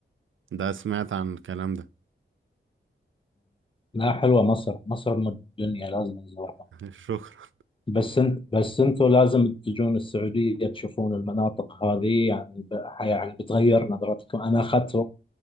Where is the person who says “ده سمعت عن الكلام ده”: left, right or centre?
Right